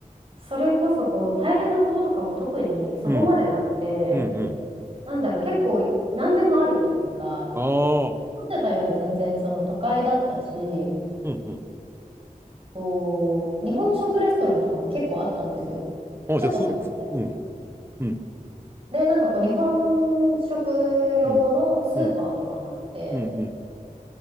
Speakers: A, on the right (about 40°); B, on the right (about 15°).
A: う、それこそこう、大変なこととかも特にそこまでなくて、
B: うん、うん、うん。
A: なんだろう、結構何でもあるというか、
B: ああ、
A: 思ってたより全然その都会だったし、
B: うん、うん。
A: こう、日本食レストランとかも結構あったんですよ。
B: あ、
A: ちょっと高いけど。
B: じゃあ、ふ、うん、うん、
A: で、なんかこう、日本食用のスーパーとかもあって、
B: うん、うん、うん、うん、